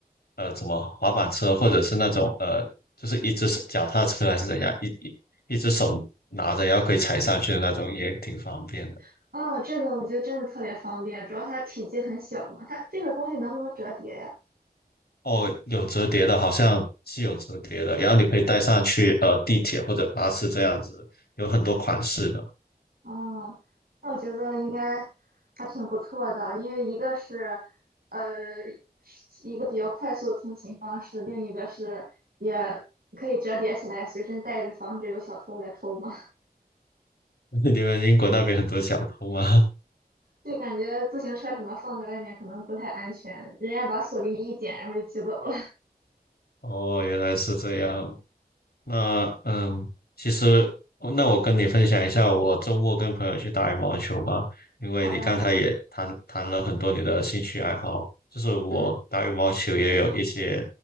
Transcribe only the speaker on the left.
呃，怎么滑板车，或者是那种呃，就是一只手脚踏车还是怎样，一一一只手拿着，然后可以踩上去的那种，也挺方便的。
哦，有折叠的，好像是有折叠的，然后你可以带上去呃地铁或者巴士这样子，有很多款式的。
<laughs> 你们英国那边很多小偷吗？
<laughs> 哦，原来是这样。那嗯，其实哦那我跟你分享一下，我周末跟朋友去打羽毛球吧。
因为你刚才也谈谈了很多你的兴趣爱好，
就是我打羽毛球也有一些，